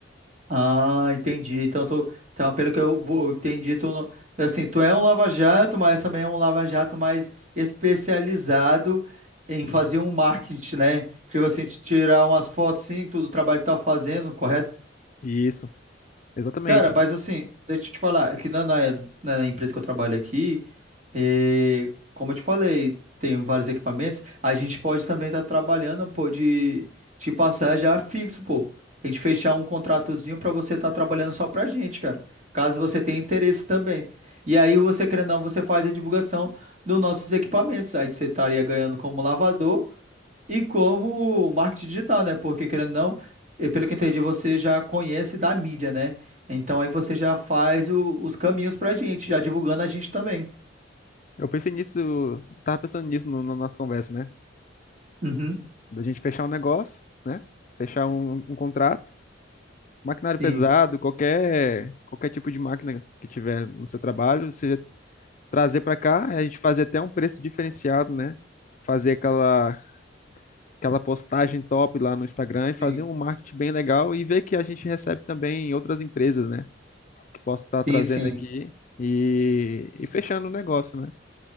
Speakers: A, on the right; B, on the left.
A: Ah, entendi. Então, tu, então pelo que eu vou- entendi, tu não, assim, tu é um lava-jato, mas também é um lava-jato mais especializado em
B: Isso,
A: fazer um marketing, né? Tipo assim, te tirar umas fotos, sim, tudo o trabalho que tá fazendo, correto?
B: Isso, exatamente.
A: Cara, mas assim, deixa eu te falar, aqui na, na, na empresa que eu trabalho aqui, eh, como eu te falei, tem vários equipamentos, a gente pode também estar trabalhando, pô, de te passar já fixo, pô. A gente fechar um contratozinho pra você estar trabalhando só pra gente, cara. Caso você tenha interesse também. E aí você, querendo ou não, você faz a divulgação dos nossos equipamentos. Aí você estaria ganhando como lavador e como marketing digital, né? Porque querendo ou não, eh, pelo que eu entendi, você já conhece da mídia, né? Então aí você já faz o- os caminhos pra gente, já divulgando a gente também.
B: Eu pensei nisso, tava pensando nisso no- na nossa conversa, né?
A: Uhum.
B: Da gente fechar um negócio, né? Fechar um um contrato Maquinário
A: Sim,
B: pesado, qualquer, qualquer tipo de máquina que tiver no seu trabalho, você trazer para cá, a gente fazer até um preço diferenciado, né? Fazer aquela, aquela postagem top lá no Instagram e fazer
A: Sim.
B: um marketing bem legal e ver que a gente recebe também em outras empresas, né? Que posso estar trazendo
A: sim, sim.
B: aqui e, e fechando o negócio, né?